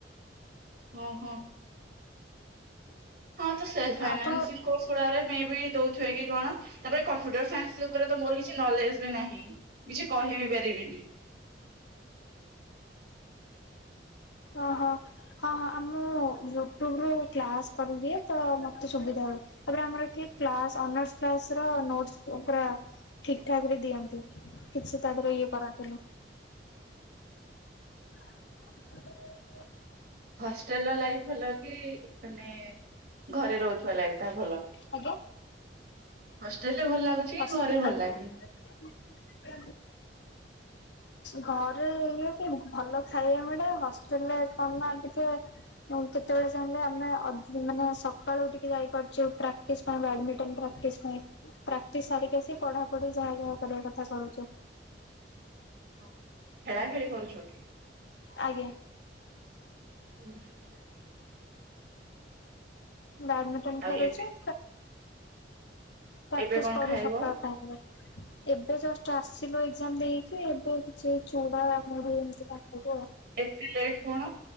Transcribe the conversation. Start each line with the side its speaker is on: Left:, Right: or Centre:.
Right: ହଁ ହଁ ହଁ ତ ସେଲ୍ଫ ଫାଇନାନ୍ସିଂ
Left: ଆପଣ
Right: କୋର୍ସ ଗୁଡାରେ ମ ବି ଦଉଥେ କି କଣ ତାପରେ କମ୍ପ୍ୟୁଟର ସାଇନ୍ସ ସେ ଉପରେ ତ ମୋର କିଛି ନଲେଜ ବି ନାହିଁ, କିଛି କହିିବି ପାରିବିନି।
Left: ଓ ହୋ ହଁ ହଁ ଆ ମୁଁ ୟୁଟ୍ୟୁବ ରୁ କ୍ଲାସ କରିଦିଏ, ତ ମତେ ସୁବିଧା ହଉ। ତାପରେ ଆମର ଏଠି କ୍ସ ଅନର୍ସ କ୍ଲାସ ର ନୋଟ ପୁର ଠିକ୍ ଠାକ ରେ ଦିଅନ୍ତି, କିଛି ସେ ତା ଦେର ଇଏ କରାନ୍ତି ନି। <unintelligible>
Right: ହଷ୍ଟେଲ ର ଲାଇଫ୍ ଭଲ କି ମାନେ ଘରେ ରହୁଛଥିବା ଲାଇଫ ଟା ଭଲ।
Left: ଆଜ୍ଞା
Right: ହଷ୍ଟେଲ ରେ ଭଲ ଲାଗୁଛି,
Left: ହସ୍
Right: କି ଘରେ ଭଲ ଲାଗେ?
Left: <unintelligible> ଘରେ ଇଏ କି ଭଲ ଖାଇବା ମିଳେ, ହଷ୍ଟେଲରେ କ ଟିକେ କେତେବେଳେ ଚାହିଁଲେ ଆମେ ମାନେ ସକାଳୁଠିକେ ଯାଇପାରୁଛେ। ପ୍ରକ୍ଟି ପାଇଁ ବ୍ୟାଡ଼ମିଣ୍ଟନ ପ୍ରାକ୍ଟିସ ପାଇଁ। ପ୍ରାକ୍ଟିସ ସାରିକି ଆସି ପଢା ପଢି ଯାହା ଯାହା କରିବା କଥା କରୁଛୁ।
Right: ହ ଖେଳା ଖେଳି କରୁଛକି?
Left: ଆଜ୍ଞା।
Right: ହୁଁ ହଁ ହୁଁ
Left: ବ୍ୟାଡମିଣ୍ଟନ
Right: ଆଉ
Left: ଖେଳୁଛି।
Right: ଏବେ
Left: ପ୍ରାକ୍ଟିସ
Right: ଏବେ କଣ
Left: କରୁ
Right: ଖାଇବ
Left: ସକାଳ ଟାଇମରେ। ଏବେ ଜଷ୍ଟ ଆସିଲୁ ଏଜାମ ଦେଇକି, ଏବେ କିଛି ଚୁଡା ମୁଢ଼ି ଏମିତି କଣ ଖାଇବେ ଆଉ।
Right: ଏତେ ଲେଟ କଣ?